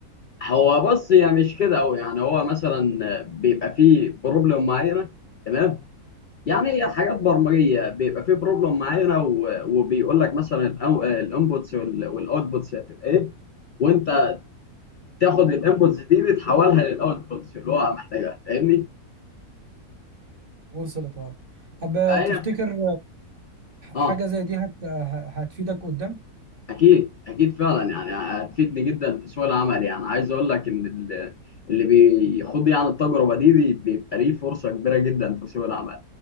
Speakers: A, on the left; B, on the right.
A: هو بص يعني مش كده قوي يعني هو مثلا بيبقى فيه بروبلم معينه تمام يعني حاجات برمجيه بيبقى في بروبلم معينه و- وبيقول لك مثلا الانبوتس والاوتبوتس هتبقى ايه وانت تاخد الانبوتس دي, دي تحولها للاوتبوتس اللي هو محتاجها فاهمني؟
B: وصلت اه طب
A: فهي
B: تفتكر
A: اه
B: حاجه زي دي هت... هتفيدك قدام
A: اكيد اكيد فعلا يعني هتفيدني جدا في سوق العمل يعني عايز اقول لك ان ال- اللي بيخوض يعني التجربه دي, دي بيبقى ليه فرصه كبيره جدا في سوق العمل